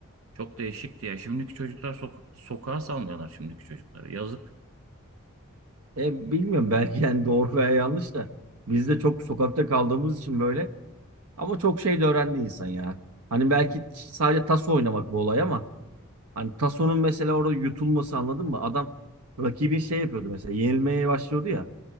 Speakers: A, on the right; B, on the right.
A: Çok değişikti ya. Şimdiki çocuklar sokak, sokağa salmıyorlar şimdiki çocukları. Yazık.
B: E, bilmiyorum belki yani doğru veya yanlış da. Biz de çok sokakta kaldığımız için böyle. Ama çok şey de öğrendi insan ya. Hani belki sadece tas oynamak bu olay ama. Hani Tasso'nun mesela orada yutulması anladın mı? Adam rakibin şey yapıyordu mesela yenilmeye başlıyordu ya.